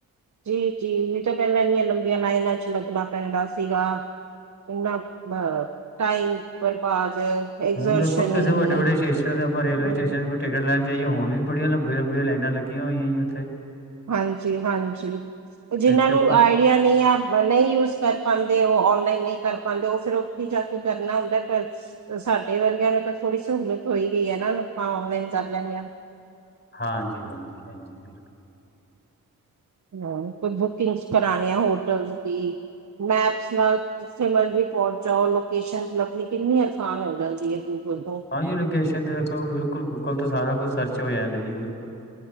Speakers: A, on the right; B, on the left.
A: ਜੀ-ਜੀ ਨਈ ਤਾਂ ਪੈਲਾ ਇਨੀਆਂ ਲੰਬੀਆਂ ਲਾਈਨਾ 'ਚ ਲਗਨਾ ਪੈਂਦਾ ਸੀਗਾ। ਇਨਾ ਬ ਟਾਈਮ ਬਰਬਾਦ ਐਗਜ਼ਰਸ਼ਨ
B: ਹੁਨ ਦੇਖੋ ਕਿਸੇ
A: ਇੰਨੀ
B: ਵੱਡੇ- ਵੱਡੇ ਸਟੇਸ਼ਨ ਤੇ ਆਪਾ ਰੇਲਵੇ
A: ਹੂੰ
B: ਸਟੇਸ਼ਨ ਟਿਕਟ ਲੈਨ ਜਾਈਏ ਹੁਨ ਵੀ ਬੜੀਆਂ ਲੰਬੀਆਂ- ਲੰਬੀਆਂ ਲਾਈਨਾ ਲੱਗੀਆਂ ਹੋਈਆਂ ਜੀ ਉਥੇ।
A: ਹਾਂਜੀ-ਹਾਂਜੀ। ਜਿਨਾ
B: ਇੱਥੇ
A: ਨੂੰ
B: ਆਪਾਂ
A: ਆਈਡੀਆ ਨਈ ਆ ਨਈ ਯੂਜ ਕਰ ਪਾਂਦੇ ਉਹ ਔਨਲਾਈਨ ਨਈ ਕਰ ਪਾਂਦੇ ਉ ਫੇਰ ਉਥੇ ਜਾ ਕੇ ਕਰਨਾ ਹੁੰਦੈ ਪਰ ਸਾਡੇ ਵਰਗਿਆਂ ਨੂੰ ਤਾਂ ਥੋੜੀ ਸਹੂਲਤ ਹੋਈ ਗਈ ਏ ਨਾ ਆਪਾ ਔਨਲਾਈਨ ਕਰ ਲੈਦੇ ਹਾਂ।
B: ਹਾਂਜੀ-ਹਾਂਜੀ-ਹਾਂਜੀ ਬਿਲ
A: ਹਾਂ ਕੋਈ ਬੁਕਿੰਗਸ ਕਰਾਨੇ ਆ ਹੋਟਲਸ ਦੀ ਮੈਪ- ਉਸ ਨਾਲ ਜਿਥੇ ਮਰਜ਼ੀ ਪੋਂਚ ਜਾਓ, ਲੋਕੇਸ਼ਨ ਲਬਨੀ ਕਿਨੀ ਆਸਾਨ ਹੋ ਜਾਦੀ ਏ ਦੂਰ ਤੋ।
B: ਹਾਂਜੀ ਲੋਕੇਸ਼ਨ ਤੇ ਦੇਖੋ ਬਿਲਕੁਲ ਗੂਗਲ ਤੋ ਸਾਰਾ ਕੁਛ ਸਰਚ ਹੋ ਜਾਂਦਾ ਜੀ ਬਿਲਕੁਲ।